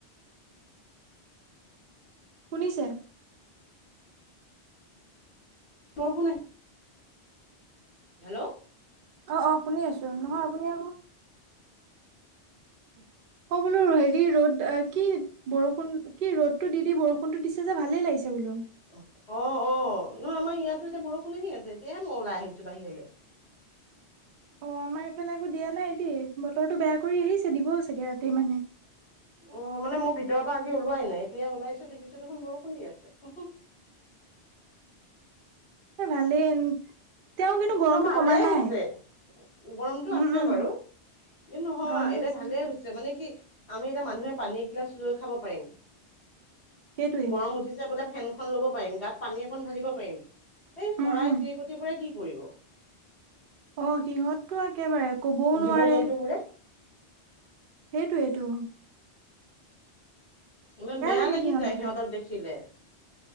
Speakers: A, on the right; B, on the left.
A: শুনিছে?
B: বৰষুণ আহি <unintelligible> হেল্ল'।
A: অ অ শুনি আছো, নহয় আপুনি আক
B: <inaudible>
A: ক' বোলো হেৰি ৰ'দ এ কি বৰষুণ কি ৰ'দটো দি দি বৰষুণতো দিছে যে ভালেই লাগিছে বোলো।
B: অ অ অ নহয় আমাৰ ইয়াতো এতিয়া বৰষুণে আহি আছে, এতিয়াহে মই ওলাই আহিছো বাহিৰলে।
A: অ আমাৰ এইফালে আকৌ দিয়া নাই দেই, বতৰটো বেয়া কৰি আহিছে দিবও চাগে ৰাতি মানে।
B: অ মানে মই ভিতৰৰ পৰা আজি ওলোৱাই নাই, এতিয়া ওলাইছো দেখিছো দেখোন বৰষুণ দি আছে।
A: ভালেই <inaudible> তেওঁ কিন্তু গৰমটো
B: ন ভালেই
A: কমা নাই
B: হৈছে, গৰমটো
A: উম
B: আছে
A: উম
B: বাৰু। এ নহয়
A: গৰমটো
B: এতিয়া
A: আছে
B: ভালে
A: সেইটো
B: হৈ ছে মানে কি আমি এতিয়া মানুহে পানী এগিলাচ লৈ খাব পাৰিম
A: সেইটোৱে
B: গৰম উঠি ছে বোলে ফেনখন ল'ব পাৰিম গাত পানী অকন ঢালিব পাৰিম এই চৰাই
A: উম উম
B: চিৰিকটিবোৰে কি কৰিব
A: অ সিহঁততো একেবাৰে কবও
B: জীৱ
A: নোৱাৰে
B: জন্তু বোৰে
A: সেইটোৱেটো
B: ইমান বেয়া
A: লাগে
B: লাগি
A: সিহঁতলৈ
B: যায় সিহঁতক দেখিলে